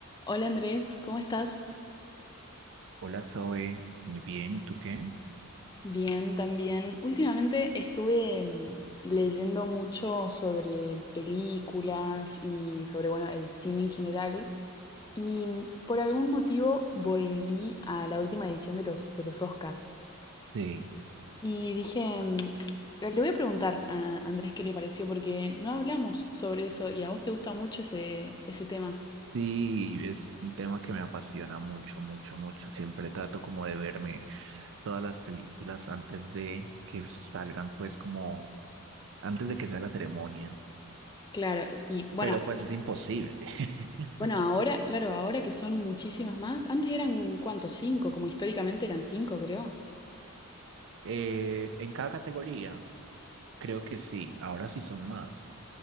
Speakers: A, on the left; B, on the right.
A: Hola Andrés, ¿cómo estás?
B: Hola Zoe, muy bien, ¿y tú qué?
A: Bien, también. Últimamente estuve mm, leyendo mucho sobre películas y sobre, bueno, el cine en general. Y mm, por algún motivo volví a la última edición de los, de los Oscar.
B: Sí,
A: Y dije, mm, le voy a preguntar a Andrés qué le pareció, porque no hablamos sobre eso y a vos te gusta mucho ese, ese tema.
B: sí, es un tema que me apasiona mucho, mucho, mucho. Siempre trato como de verme todas las películas antes de que salgan, pues como antes de que sea la ceremonia,
A: Claro, y bueno,
B: pero pues es imposible. <laughs>
A: Bueno, ahora, claro, ahora que son muchísimas más. Antes eran, ¿cuántos? Cinco, como históricamente eran cinco, creo.
B: Eh, en cada categoría, creo que sí, ahora sí son más.